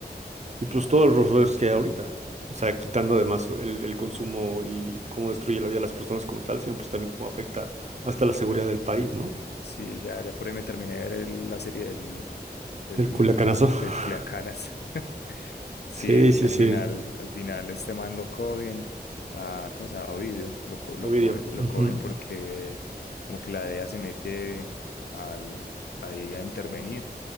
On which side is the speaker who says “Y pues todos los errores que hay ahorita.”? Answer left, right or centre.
Right